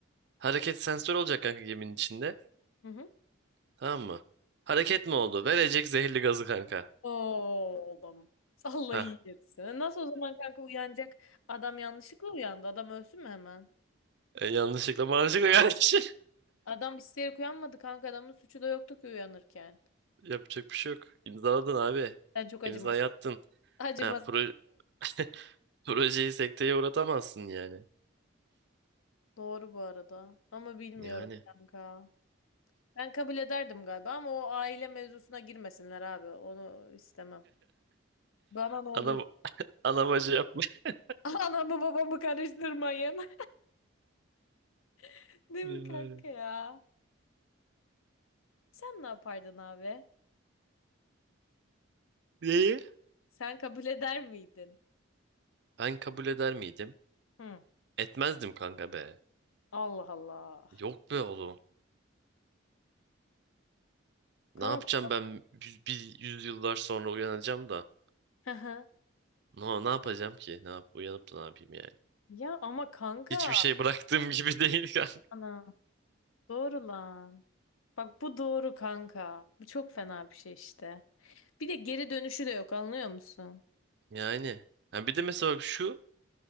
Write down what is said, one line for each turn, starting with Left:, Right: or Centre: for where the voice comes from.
Right: Hareket sensör olacak kanka geminin içinde.
Left: Hı hı.
Right: Tamam mı? Hareket mi oldu? Verecek zehirli gazı kanka.
Left: Oğlum. Allah
Right: Ha.
Left: iyi etsin. Nasıl o zaman kanka uyanacak? Adam yanlışlıkla uyandı. Adam ölsün mü hemen?
Right: E, yanlışlıkla manşıkla kardeş.
Left: Adam isteyerek uyanmadı kanka. Adamın suçu da yoktu ki uyanırken.
Right: Yapacak bir şey yok. İmzaladın abi.
Left: Sen çok acımasız.
Right: İmzayı attın.
Left: Acımasız.
Right: Ha, pro <laughs> projeyi sekteye uğratamazsın yani.
Left: Doğru bu arada. Ama bilmiyorum
Right: Yani.
Left: kanka. Ben kabul ederdim galiba ama o aile mevzusuna girmesinler abi. Onu istemem. Bana ne oluyor?
Right: Ana, ana bacı yapmış. <laughs>
Left: <laughs> Anamı babamı karıştırmayın. <laughs> Değil
Right: Yani.
Left: mi kanka ya? Sen ne yapardın abi?
Right: Neyi?
Left: Sen kabul eder miydin?
Right: Ben kabul eder miydim?
Left: Hı.
Right: Etmezdim kanka be.
Left: Allah Allah.
Right: Yok be oğlum.
Left: Kanka.
Right: Ne yapacağım ben yüz, bir yüzyıllar sonra uyanacağım da.
Left: Hı hı.
Right: No, ne yapacağım ki? Ne yap uyanıp da ne yapayım yani?
Left: Ya ama kanka.
Right: Hiçbir şey bıraktığım gibi <laughs> değil kanka.
Left: Ana. Doğru lan. Bak bu doğru kanka. Bu çok fena bir şey işte. Bir de geri dönüşü de yok anlıyor musun?
Right: Yani. Ha, bir de mesela bak şu